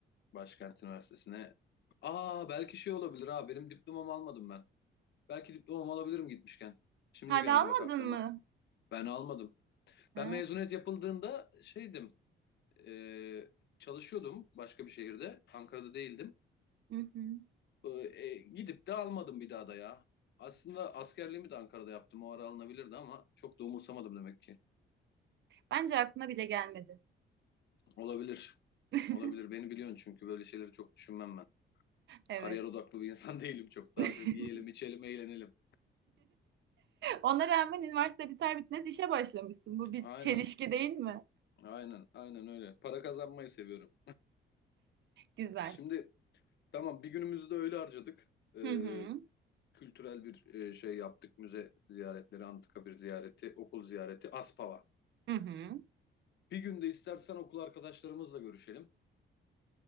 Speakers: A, on the left; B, on the right.
A: Başkent Üniversitesi'ne. Aa belki şey olabilir ha benim diplomamı almadım ben. Belki diplomamı alabilirim gitmişken. Şimdi
B: Hala
A: geldi
B: almadın
A: bak aklıma.
B: mı?
A: Ben almadım.
B: Ha.
A: Ben mezuniyet yapıldığında şeydim, e, çalışıyordum başka bir şehirde. Ankara'da değildim.
B: Hı hı.
A: E, e, gidip de almadım bir daha da ya. Aslında askerliğimi de Ankara'da yaptım. O ara alınabilirdi ama çok da umursamadım demek ki.
B: Bence aklına bile gelmedi.
A: Olabilir.
B: <laughs>
A: Olabilir. Beni biliyorsun çünkü böyle şeyleri çok düşünmem ben.
B: Evet.
A: Kariyer odaklı bir insan <laughs> değilim çok. Daha
B: <laughs>
A: çok yiyelim, içelim, eğlenelim.
B: Ona rağmen üniversite biter bitmez işe başlamışsın. Bu bir
A: Aynen.
B: çelişki değil mi?
A: Aynen. Aynen öyle. Para kazanmayı seviyorum.
B: Güzel.
A: Şimdi tamam bir günümüzü de öyle harcadık. E,
B: Hı hı.
A: kültürel bir e, şey yaptık. Müze ziyaretleri, antikabir ziyareti, okul ziyareti, Aspava.
B: Hı hı.
A: Bir gün de istersen okul arkadaşlarımızla görüşelim.